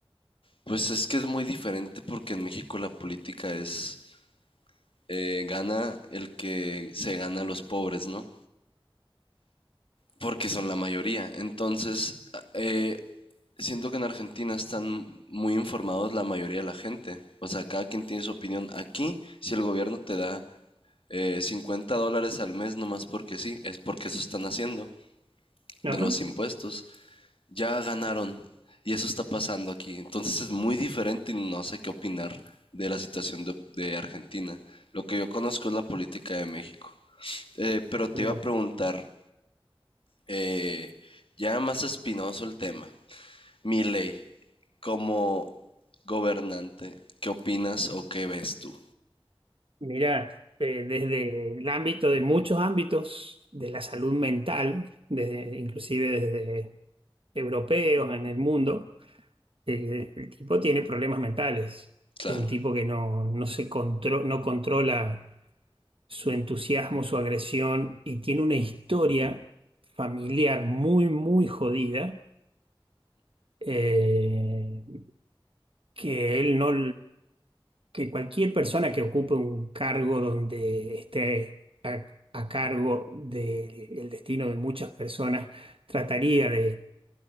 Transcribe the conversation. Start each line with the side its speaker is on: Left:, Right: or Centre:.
Left: pues es que es muy diferente porque en México la política es, eh, gana el que se gana a los pobres, ¿no? porque son la mayoría. Entonces, eh, siento que en Argentina están muy informados la mayoría de la gente. O sea, cada quien tiene su opinión. Aquí, si el gobierno te da eh, 50 dólares al mes, nomás porque sí, es porque eso están haciendo,
Right: Ajá.
Left: de los impuestos. Ya ganaron y eso está pasando aquí. Entonces es muy diferente y no sé qué opinar de la situación de, de Argentina. Lo que yo conozco es la política de México. Eh, pero te
Right: Mira.
Left: iba a preguntar, eh, ya más espinoso el tema. Milei, como gobernante, ¿qué opinas o qué ves tú?
Right: Mira, eh, desde el ámbito de muchos ámbitos de la salud mental, desde, inclusive desde europeos en el mundo, eh, el tipo tiene problemas mentales.
Left: Claro.
Right: Es un tipo que no, no se contro- no controla su entusiasmo, su agresión y tiene una historia familiar muy, muy jodida. Eh, que él no, que cualquier persona que ocupe un cargo donde esté a, a cargo del destino de muchas personas trataría de